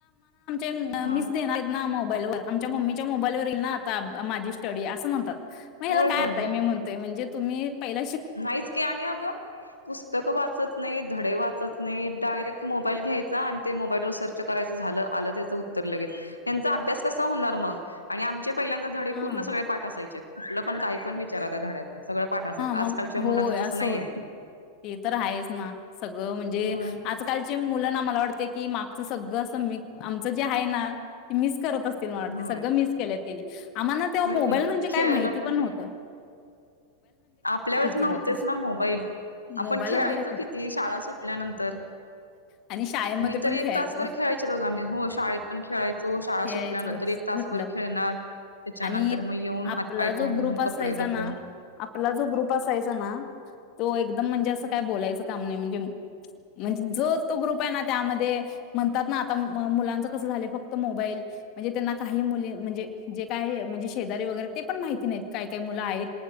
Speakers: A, on the left; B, on the left.
A: <unintelligible>
B: हा
A: मिच देणार मग मोबाईलवर आमच्या मम्मीच्या मोबाईलवर ईल ना आता माझी स्टडी असं म्हणतात. मग ह्याला
B: होय
A: काय
B: होय
A: आपाय
B: होय
A: मी म्हणतोय म्हणजे तुम्ही पहिल
B: नाहीच की आलं आणि अगं पुस्तकं वाचत नाही धडे वाचत नाहीत डायरेक्ट मोबाईल घ्यायचा आणि ते मोबाईलवर सर्च करायच झालं आलं त्याचं उत्तर लगेच. यांचा अभ्यास कसा होणार मग? आणि आमचे पहिल्यांदा धडे
A: हां.
B: पूर्ण सगळे पाठ असायचे. कुठलं पण काही पण विचारा त्या धड्यातलं सगळं पाठ असायचं.
A: मंग
B: आजकालच्या मुलांचं
A: होय असं
B: तसं नाहीये
A: होत ते तर आहेच ना सगळं म्हणजे
B: होय
A: आजकालच्या मुल ना मला वाटते की मा सगळं अस मी आमचं जे हाय ना ते मिच करत अ असेल मला वाटतंय
B: होय
A: सगळं मीस केलय तेनी. आमाला तेंव्हा
B: होय
A: मोबाईल
B: की
A: म्हणजे
B: खेळणं
A: काय माहिती पण न्हव
B: नाही आपल्या वेळेस नव्हतेच
A: नव्हतं
B: ना मोबाईल आपण
A: मोबाईल
B: खेळायचो
A: वगैरे काय
B: किती शाळा सुटल्यानंतर.
A: आणि शाळेमध्ये
B: मी तर
A: पण
B: एक
A: खेळायचो
B: तासभर खेळायचे बघा मी हो शाळेत पण खेळायचो शाळा
A: खेळायचं
B: सुटल्यानंतर
A: सुटलं
B: एक तासभर खेळणार
A: पण
B: त्याच्यानंतर
A: आणि
B: मग येऊन
A: आपला
B: हातपाय
A: जो
B: तोंड
A: ग्रुप
B: धुवून
A: असायचा
B: कप कपडे बदलून
A: ना आपला जो ग्रुप असायचा ना तो एकदम म्हणजे अस काय बोलायचं काम नाई म्हणजे म्हणजे जो तो ग्रुप हाय ना त्यामध्ये म्हणतात ना आता म मुलांच कसं झालंय फक्त मोबाईल म्हणजे त्यांना काही मुली म्हणजे जे काय म्हणजे शेजारी वगैरे ते पण माहिती नाहीत. काय काय मुलं आहे